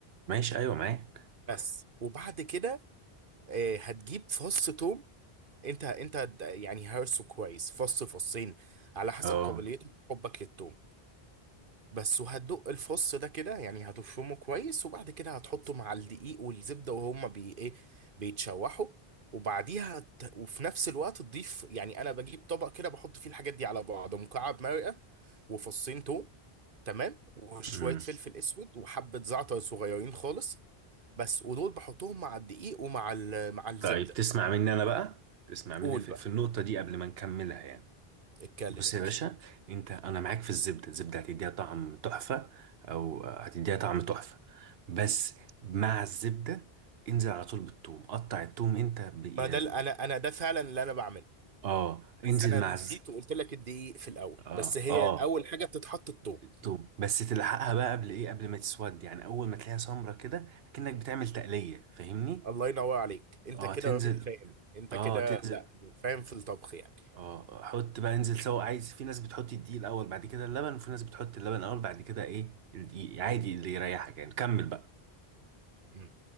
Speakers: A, on the right (about 75°); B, on the right (about 55°).
A: ماشي ايوه معاك
B: بس وبعد كده آه، هتجيب فص توم انت انت د- يعني هرسه كويس فص فصين على حسب
A: اه
B: قابليتك وحبك للتوم بس وهتدق الفص ده كده يعني هتفرمه كويس وبعد كده هتحطه مع الدقيق والزبدة وهما بي ايه بيتشوحوا وبعديها هت... وفي نفس الوقت تضيف يعني انا بجيب طبق كده بحط فيه الحاجات دي على بعض مكعب مرقة وفصين توم تمام وشوية
A: امم
B: فلفل اسود وحبة زعتر صغيرين خالص بس ودول بحطهم مع الدقيق ومع ال... مع الزبدة
A: طيب تسمع مني انا بقى تسمع مني
B: قول
A: في,
B: بقى
A: في النقطه دي قبل ما نكملها يعني
B: اتكلم
A: بص
B: يا
A: يا
B: باشا
A: باشا انت انا معاك في الزبده الزبده هتديها طعم تحفه او هتديها طعم تحفه بس مع الزبده انزل على طول بالثوم قطع الثوم انت بي...
B: ما ده ال- انا انا ده فعلا اللي انا بعمله
A: اه انزل
B: بس انا
A: مع
B: نسيت
A: الز...
B: وقلت لك الدقيق في الاول
A: اه
B: بس هي
A: اه
B: اول حاجه بتتحط التوم
A: الثوم بس تلحقها بقى قبل ايه قبل ما تسود يعني اول ما تلاقيها سمرة كده كأنك بتعمل تقليه فاهمني
B: الله ينور عليك انت
A: اه
B: كده
A: تنزل
B: راجل فاهم انت
A: اه
B: كده
A: تنزل
B: لا فاهم في الطبخ يعني
A: اه حط بقى انزل سوا عايز في ناس بتحط الدقيق الاول بعد كده اللبن وفي ناس بتحط اللبن الاول بعد كده ايه الدقيق عادي
B: مم.
A: اللي يريحك يعني كمل بقى
B: مم.